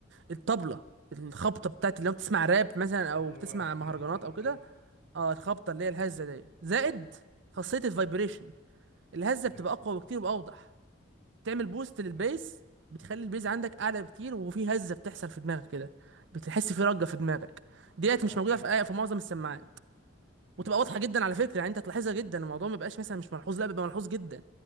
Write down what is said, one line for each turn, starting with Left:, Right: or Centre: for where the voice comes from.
Right: الطبله الخبطه بتاعت لو بتسمع راب مثلا
Left: اه
Right: او
Left: اللي
Right: بتسمع
Left: هو دين
Right: مهرجانات
Left: دين
Right: او كده
Left: كده
Right: اه الخبطه اللي
Left: اه
Right: هي الهزه دي زائد خاصيه الفايبريشن الهزه
Left: حلو
Right: بتبقى اقوى بكتير واوضح بتعمل بوست للبيز
Left: تمام
Right: بتخلي البيز عندك اعلى بكتير وفي هزه بتحصل في دماغك كده بتحس في رجه في دماغك ديت
Left: اه
Right: مش موجوده
Left: فهمتك
Right: في في معظم السماعات
Left: تمام
Right: وتبقى واضحه جدا
Left: حلو
Right: على فكره يعني انت هتلاحظها جدا الموضوع ما بيبقاش مثلا مش ملحوظ لا بيبقى ملحوظ جدا